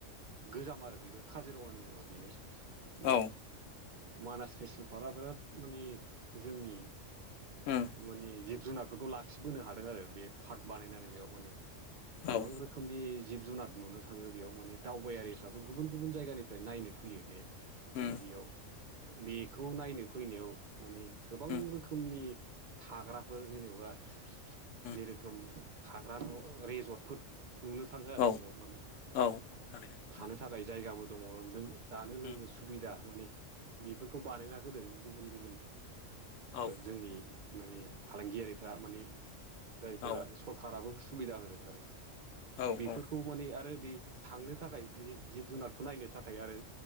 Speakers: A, on the right; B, on the left.
A: गोजाम आरो बेबो काजिरङानि उनाव बेनो। माने
B: औ
A: मानास नेसनेल पार्कआ बिराद माने जोंनि
B: उम
A: माने जिब जुनारफोरखौ लाखिबोनो हादों आरो बे पार्ट बानायनानै बेयाव माने गोबां
B: औ
A: रोखोमनि जिब जुनार नुनो थाङो बेयाव माने दावबायारिफ्राबो गुबुन गुबुन जायगानिफ्राय नायनो फैयो बे माने
B: उम
A: बेयाव बेखौ नायनो फैनायाव माने गोबां
B: उम
A: रोखोमनि थाग्राफोर जेनेबा
B: उम
A: जेरोखोम थाग्रा न' रेजर्टफोर नुनो थाङो आरो
B: औ
A: बेयाव माने।
B: औ थारैनो
A: थानो थाखाय जायगाबो दङ जानो लोंनो
B: उम
A: सुबिदा मानि बेफोरखौ बानायना होदों गुबुन गुबुन
B: औ
A: जोंनि माने फालांगियारिफ्रा माने जायफोरा
B: औ
A: सर्ट खाराराबो सुबिदा होदों आरो।
B: औ उम
A: बेफोरखौ माने आरो बे थांनो थाखाय बे जिब जुनारखौ नायनो थाखाय आरो